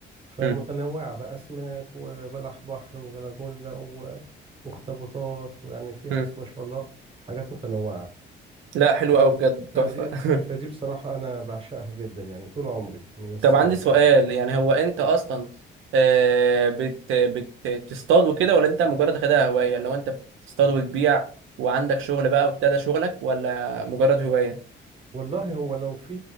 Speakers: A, on the right; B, on the right.
A: فمتنوعه
B: امم
A: بقى اسماك وبلح بحر وجلاجولا و- واخطبوطات ويعني فيها
B: امم
A: بس ما شاء الله حاجات متنوعه
B: لا حلو
A: ف...
B: قوي بجد
A: فدي
B: تحفه <laughs>
A: فدي بصراحه انا بعشقها جدا يعني طول عمري من الصغر
B: طب عندي سؤال
A: يعني
B: يعني هو انت اصلا آه، بت بت- بتصطاد وكده ولا انت مجرد واخدها هوايه اللي هو انت بتصطاد وتبيع وعندك شغل بقى وبتاع ده شغلك ولا مجرد هوايه
A: والله هو لو في